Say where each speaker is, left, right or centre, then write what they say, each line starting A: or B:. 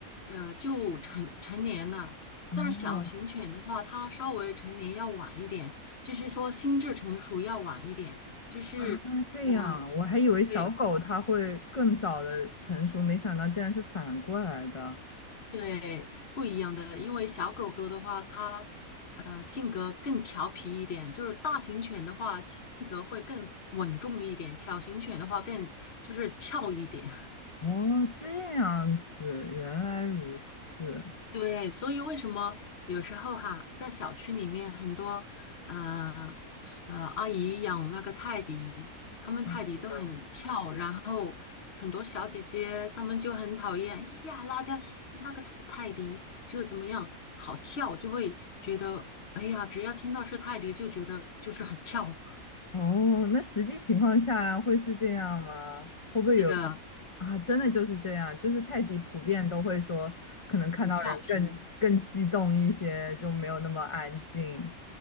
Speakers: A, on the left; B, on the left.
A: 呃，就成成年了。
B: 哦，
A: 但是小型犬的话，它稍微成年要晚一点，就是说心智成熟要晚一点，就是呃，
B: 啊，这样，我还以为小狗它会更早的成熟，
A: 对
B: 没想到竟然是反过来的。
A: 对，不一样的。因为小狗狗的话，它呃性格更调皮一点，就是大型犬的话性格会更稳重一点，小型犬的话更就是跳一点。
B: 哦，这样子，原来如此。
A: 对，所以为什么有时候哈，在小区里面很多呃呃阿姨养那个泰迪，他们泰迪都很跳，
B: 哦是的。
A: 然后很多小姐姐她们就很讨厌，哎呀，那家死那个死泰迪就怎么样，好跳，就会觉得哎呀，只要听到是泰迪就觉得就是很跳，
B: 哦，那实际情况下会是这样吗？
A: <laughs>
B: 会不会有
A: 是的，
B: 啊？真的就是这样，就是泰迪普遍都会说，可能看到人更更激动一些，
A: 很调皮。
B: 就没有那么安静。